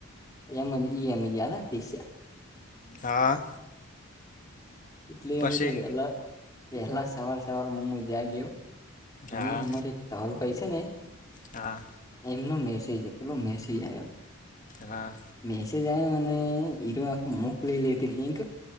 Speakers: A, on the left; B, on the left.
A: એમ મ ગયા દીશા.
B: હા.
A: એટલે
B: પછી
A: અમે તો વેલા વહેહલા સવાર સવાર મમ્મું જાગયો. અને
B: હા
A: અમારે એક ધવલ ભાઈ છે ને.
B: હા
A: એમનો મેસેજ પેલો મેસેજ આવ્યો.
B: હા.
A: મેસેજ આવ્યો અને હરો આખ મોકલી લેધ લિંક.